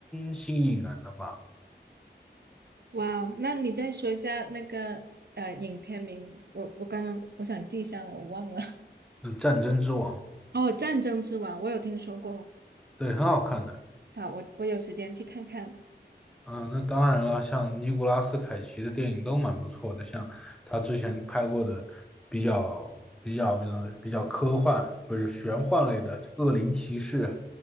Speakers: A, in the centre; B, on the right.
A: 新颖人的吧。
B: 哇哦，那你再说一下那个呃影片名，我我刚刚我想记下来，我忘了。<laughs>
A: 嗯，《战争之王》
B: 哦，《战争之王》，我有听说过。
A: 对，很好看的。
B: 好，我我有时间去看看。
A: 嗯，那当然了，像尼古拉斯凯奇的电影都蛮不错的，像他之前拍过的比较比较比较比较科幻，不是玄幻类的《恶灵骑士》，